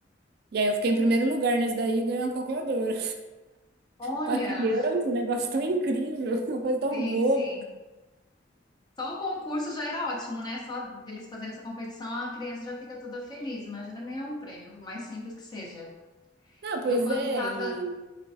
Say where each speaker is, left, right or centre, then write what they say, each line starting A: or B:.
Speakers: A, on the right; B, on the left.
A: E aí eu fiquei em primeiro lugar nesse daí e ganhei uma calculadora.
B: Olha,
A: Pra criança, um negócio tão incrível, <laughs> uma coisa tão
B: sim,
A: boba.
B: sim. Só o concurso já era ótimo, né? Só deles fazerem essa competição, a criança já fica toda feliz. Imagina ganhar um prêmio, por mais simples que seja.
A: Não,
B: Eu
A: pois
B: quando
A: é,
B: tava.
A: e